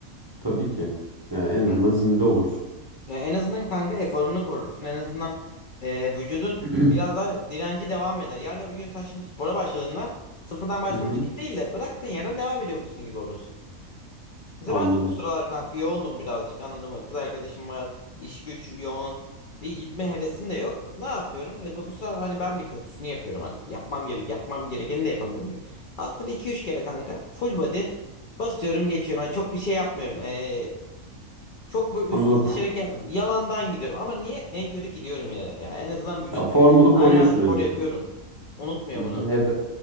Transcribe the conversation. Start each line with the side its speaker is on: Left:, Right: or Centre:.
Right: Tabii ki. Yani en azından
Left: Yani
Right: zinde olursun.
Left: Ya en azından kanka eforunu korursun. En azından e, vücudun
Right: <clears throat>
Left: biraz daha direnci devam eder. Yarın öbür gün sen şimdi spora başladığında sıfırdan başlamış
Right: Hı hı.
Left: gibi değil de bıraktığın yerden devam ediyormuşsun gibi olursun. Mesela
Right: Anladım.
Left: ben de bu sıralar kanka yoğundum birazcık anladın mı? Kız arkadaşım var, iş güç yoğun. Bir gitme hevesim de yok. Ne yapıyorum? E, bu bu sıralar hani ben de kötüsünü yapıyorum hani. Yapmam gerek, yapmam gerekeni de yapamıyorum. Haftada iki üç kere kanka full body basıyorum geçiyorum. Hani çok bir şey yapmıyorum. E, çok böyle
Right: Anladım.
Left: üstüne
Right: Fo-
Left: düşerek yapmıyorum. Yalandan gidiyorum ama niye en kötü gidiyorum yine de. Yani en azından vücut
Right: Ya formunu
Left: diyor ki hala
Right: koruyorsun
Left: spor
Right: en azından.
Left: yapıyorum. Unutmuyor
Right: Hı
Left: bunu.
Right: hı. Her